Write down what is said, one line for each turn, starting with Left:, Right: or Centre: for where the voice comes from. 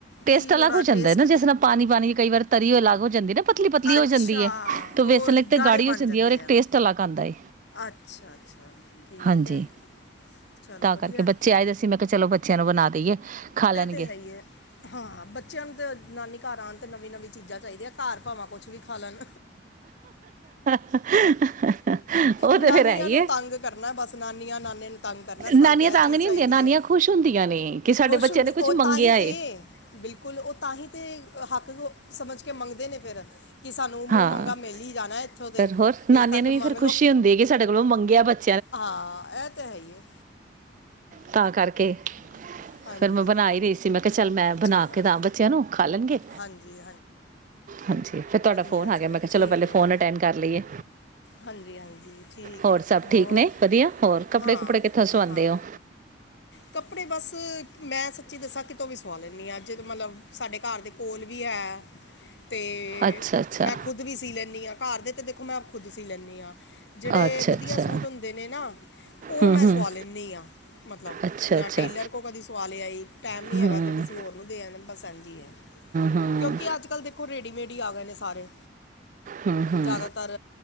Right: ਟੈਸਟ
Left: ਕੀ
Right: ਅਲੱਗ
Left: ਉਹਦਾ
Right: ਹੋ ਜਾਂਦਾ
Left: ਟੇਸਟ
Right: ਹੈ ਨਾ ਜਿਸ ਨਾਲ ਪਾਣੀ, ਪਾਣੀ ਕਈ ਵਾਰ ਤਰੀ ਅਲੱਗ ਹੋ ਜਾਂਦੀ ਨਾ ਪਤਲੀ ਪਤਲੀ
Left: ਅੱਛਾ
Right: ਹੋ ਜਾਂਦੀ ਹੈ ਤੇ
Left: ਉਹ
Right: ਵੇਸਣ ਲਈ ਤੇ
Left: ਗਾੜੇ
Right: ਗਾੜੀ ਹੋ
Left: ਬਣ
Right: ਜਾਂਦੀ
Left: ਜਾਂਦੇ
Right: ਹੈ ਔਰ ਇੱਕ
Left: ਆ
Right: ਟੇਸਟ ਅਲੱਗ ਆਉਂਦਾ ਹੈ
Left: ਅੱਛਾ, ਅੱਛਾ ਠੀਕ
Right: ਹਾਂਜੀ
Left: ਹੈ। ਚਲੋ
Right: ਤਾਂ
Left: ਵਧੀਆ
Right: ਕਰਕੇ ਬੱਚੇ ਆਏ ਦ ਅ ਸੀ ਮੈਂ ਕਿਹਾ ਚਲੋ ਬੱਚਿਆਂ ਨੂੰ ਬਣਾ ਦੇਈਏ। ਖਾ ਲੈਣਗੇ
Left: ਇਹ ਤੇ ਹੈ ਹੀ ਹੈ ਹਾਂ ਬੱਚਿਆਂ ਨੂੰ ਤੇ ਨਾਨੀ ਘਰਾਂ ਨਵੀਂ ਨਵੀ ਚੀਜ਼ਾਂ ਚਾਹੀਦੀਆਂ ਹਨ। ਘਰ ਭਾਵਾਂ ਕੁਛ ਵੀ ਖਾ ਲੈਣ।
Right: <unintelligible> ਉਹ ਤੇ
Left: ਨਾਨੀਆਂ
Right: ਫੇਰ ਹੈ ਹੀ
Left: ਨੂੰ
Right: ਏ।
Left: ਤੰਗ ਕਰਨਾ ਬਸ ਨਾਨੀਆਂ ਨਾਨੀ ਨੂੰ ਤੰਗ ਕਰਨਾ ਸਾਨੂੰ
Right: ਨਾਨੀਆਂ
Left: ਤੇ ਇਹ
Right: ਤੰਗ
Left: ਚੀਜ਼
Right: ਨੀ
Left: ਚਾਹੀਦੀ
Right: ਹੁੰਦੀਆਂ ਨਾਨੀਆਂ
Left: ਹੈ।
Right: ਖੁਸ਼ ਹੁੰਦੀਆਂ ਨੇ ਕਿ ਸਾਡੇ
Left: ਖੁਸ਼
Right: ਬੱਚਿਆਂ
Left: ਹੁੰਦੀ
Right: ਨੇ ਕੁਛ
Left: ਉਹ
Right: ਮੰਗਿਆ
Left: ਤਾਂ ਹੀ
Right: ਏ।
Left: ਤੇ ਬਿਲਕੁਲ ਉਹ ਤਾਂ ਹੀ ਤੇ ਹੱਕ ਸਮਝ ਕੇ ਮੰਗਦੇ ਨੇ ਫਿਰ ਕਿ ਸਾਨੂੰ ਮੂੰਹ
Right: ਹਾਂ
Left: ਮੰਗਗਾ ਮਿਲ ਹੀ ਜਾਣਾ ਇੱਥੋਂ ਤੇ,
Right: ਫਿਰ ਹੋਰ ਨਾਨੀਆਂ
Left: ਇਸ ਕਰਕੇ
Right: ਨੂੰ
Left: ਮੰਗ
Right: ਵੀ ਫਿਰ ਖੁਸ਼ੀ
Left: ਲੋੋ।
Right: ਹੁੰਦੀ ਹੈ ਕਿ ਸਾਡੇ ਕੋਲੋਂ ਮੰਗਿਆ ਬਚ-
Left: ਹਾਂ ਇਹ ਤੇ ਹੈ ਹੀ ਹੈ।
Right: ਤਾਂ ਕਰਕੇ।
Left: ਹਾਂਜੀ
Right: ਫੇਰ ਮੈਂ ਬਣਾਈ ਰਹੀ ਸੀ ਮੈਂ ਕਿਹਾ ਚੱਲ ਮੈਂ ਬਣਾ
Left: ਚਲੋ
Right: ਕੇ ਦਾ ਬੱਚਿਆਂ ਨੂੰ ਖਾ ਲੈਣਗੇ
Left: ਹਾਂਜੀ
Right: ਹਾਂਜੀ ਫਿਰ ਤੁਹਾਡਾ ਫੋਨ
Left: ਸਭ
Right: ਆ ਗਿਆ ਮੈਂ ਕਿਹਾ ਚਲੋ
Left: ਠੀਕ
Right: ਪਹਿਲੇ ਫੋਨ
Left: ਹੈ
Right: ਅਟੈਂਡ ਕਰ ਲਈਏ।
Left: ਹਾਂਜੀ ਹਾਂਜੀ ਠੀਕ
Right: ਹੋਰ
Left: ਹੈ
Right: ਸਭ
Left: ਹੋਰ
Right: ਠੀਕ ਨੇ ਵਧੀਆ ਹੋਰ ਕੱਪੜੇ
Left: ਹਾਂ
Right: ਕੁਪੜੇ ਕਿੱਥੋਂ ਸਵਾਉਂਦੇ
Left: ਹਾਂ
Right: ਹੋ?
Left: ਕੱਪੜੇ ਬਸ ਮੈਂ ਸੱਚੀ ਦੱਸਾਂ ਕਿਤੋਂ ਵੀ ਸਵਾ ਲੈਂਦੀ ਐ ਜ ਮਤਲਬ ਸਾਡੇ ਘਰ ਦੇ ਕੋਲ ਵੀ ਹੈ ਅਤੇ
Right: ਅੱਛਾ ਅੱਛਾ
Left: ਮੈਂ ਖੁਦ ਵੀ ਸੀ ਲੈਂਦੀ ਆ। ਘਰ ਦੇ ਤੇ ਦੇਖੋ ਮੈਂ ਖੁਦ ਸੀ ਲੈਂਦੀ ਆ। ਜਿਹੜੇ
Right: ਅੱਛਾ
Left: ਵਧੀਆ
Right: ਅੱਛਾ
Left: ਸੂਟ ਹੁੰਦੇ ਨੇ ਨਾ ਉਹ
Right: ਹੂੰ
Left: ਮੈਂ
Right: ਹੂੰ
Left: ਸਵਾ ਲੈਂਦੀ ਆ ਮਤਲਬ
Right: ਅੱਛਾ
Left: ਜਾਂ
Right: ਅੱਛਾ
Left: ਟੇਲਰ ਕੋ ਕਦੇ ਸਵਾ ਲਿਆ ਆਈ ਟਾਈਮ ਨਹੀਂ
Right: ਹੂੰ
Left: ਹੈਗਾ
Right: ਹੂੰ
Left: ਤਾਂ ਕਿਸੇ ਹੋਰ ਨੂੰ ਦੇ ਆਏ ਬਸ ਐਨਜੀ ਐ।
Right: ਹੂੰ
Left: ਕਿਉਂਕਿ ਅੱਜ ਕੱਲ ਦੇਖੋ ਰੇਡੀਮੇਡ ਆ ਗਏ ਨੇ ਸਾਰੇ।
Right: ਹੂੰ ਹੂੰ
Left: ਜ਼ਿਆਦਾਤਰ